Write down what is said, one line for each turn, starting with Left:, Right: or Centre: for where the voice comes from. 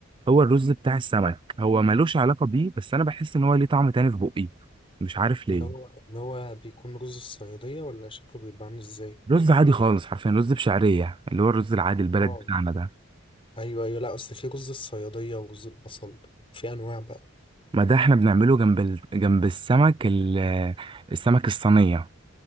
Right: هو الرز بتاع السمك هو ملوش علاقة بيه بس انا بحس ان هو ليه طعم تاني في بقي مش عارف ليه
Left: اللي هو اللي هو بيكون رز الصيادية ولا شكله بيبقى عامل ازاي
Right: رز عادي خالص حرفيا رز بشعرية اللي هو الرز العادي البلد
Left: اه
Right: بتاعنا ده
Left: ايوه ايوه لا اصل في رز الصيادية ورز البصل في انواع بقى
Right: ما ده احنا بنعمله جنب ال... جنب السمك ال... السمك الصينية